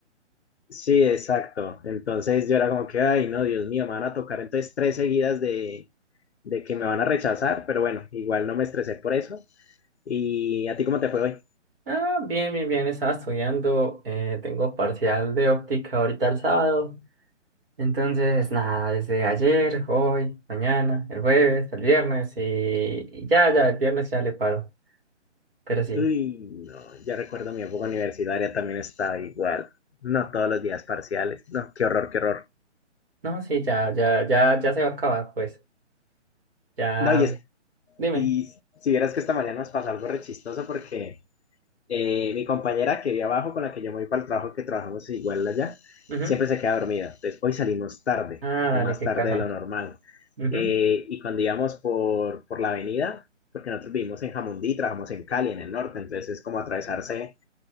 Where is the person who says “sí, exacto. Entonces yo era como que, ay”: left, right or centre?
Left